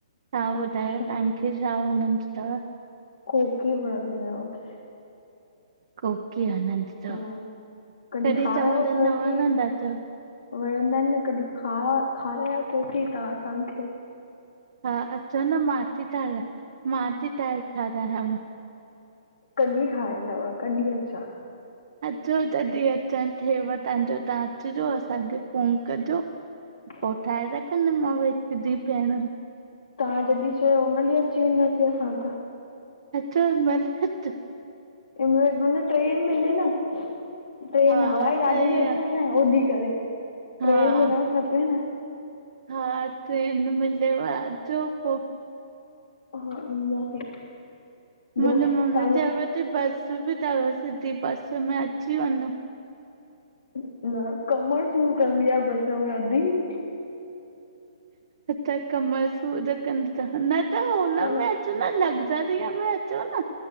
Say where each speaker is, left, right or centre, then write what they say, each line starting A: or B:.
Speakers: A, on the right; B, on the left.
A: तां ॿुधायो
B: अच्छा
A: तंव्हा खे छा वणदो थव?
B: कोकी वणंदी आ मुखे।
A: कोकी वणंदी थव,
B: हा। कॾहिं
A: कड़ी
B: खारायो
A: चांवर
B: कोकी
A: न वणंदा थव?
B: वणंदा आहिन न, कॾहिं खारायो कोकी तव्हां असांखे।
A: हा अचो न मां थी ठाराए मां थी ठाहे खारायांव।
B: कॾहिं खाराईंदव, कॾहिं अचां?
A: अचो जॾहिं अचणु थेव तव्हांजो, तव्हां अचिजो असांखे फ़ोन कजो।
B: <inaudible>
A: पो ठाहे रखंदीमांव हिकु ॾींहुं भेण।
B: तव्हां जॾहिं चओ हुन ॾींहुं अची वेंदासीं असां त।
A: अचो, जे महिल अचो।
B: जे महिल मन ट्रेन मिले न ट्रेन,
A: हा
B: हवाईजहाज
A: सही
B: में अचां
A: आ
B: उॾरी करे, ट्रेन
A: हा
B: मिलणु खपे न।
A: हा ट्रेन मिलेव अचो पो।
B: हा ईंदासीं
A: मुंहिंजी
B: ॿियो तव्हांजा
A: मम्मी चवे पई बस बि थव, सिधी बस में अची वञो।
B: न, कमर सूर कंदी आ बस में अद्दी।
A: अच्छा कमर सूर कंदी थव, त न हुनमें
B: हा
A: अचो न लॻज़री। में अचो न।